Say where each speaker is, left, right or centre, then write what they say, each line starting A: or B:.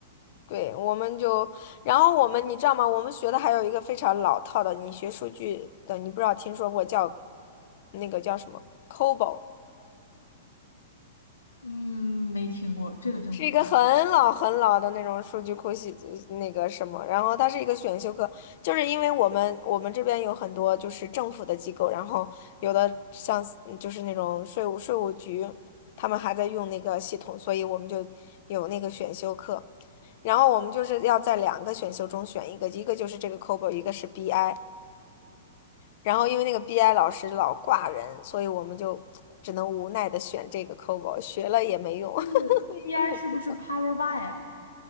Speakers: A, on the left; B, on the left.
A: 对，我们就，然后我们，你知道吗？我们学的还有一个非常老套的，你学数据的，你不知道听说过叫那个叫什么 COBOL。
B: 嗯，没听过，这个真不知道。
A: 是一个很老很老的那种数据库系呃那个什么，然后它是一个选修课，就是因为我们我们这边有很多就是政府的机构，然后有的像嗯就是那种税务税务局，他们还在用那个系统，所以我们就有那个选修课，然后我们就是要在两个选修中选一个，一个就是这个 COBOL，一个是 BI，然后因为那个 BI 老师老挂人，所以我们就只能无奈的选这个 COBOL，学了也没用。<laughs>
B: 就是 BI
A: 因为又。
B: 是不是 Power BI 啊？